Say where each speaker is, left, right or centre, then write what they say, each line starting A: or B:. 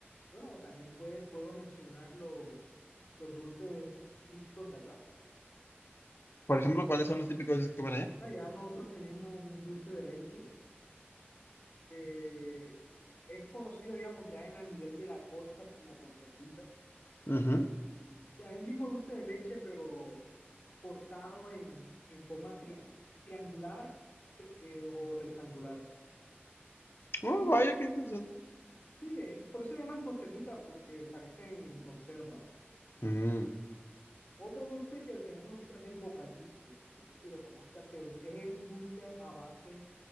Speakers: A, on the left; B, on the left.
A: Bueno, también puede, puedo mencionar los, los dulces típicos de acá.
B: Por ejemplo, ¿cuáles son los típicos que comen allá?
A: Allá nosotros tenemos un dulce de leche que es conocido, digamos, ya en a nivel de la costa como conservita.
B: Ujú.
A: Ya es el mismo dulce de leche, pero cortado en, en forma tria- triangular eh, o rectangular.
B: Oh,
A: Y
B: vaya, qué interesante.
A: Sí, eh, por eso le llaman conservita, porque parecen en conserva.
B: Mm.
A: Otro dulce que tenemos nosotros es el bocadillo. No sé si lo conozcas, se ut- es un dulce a base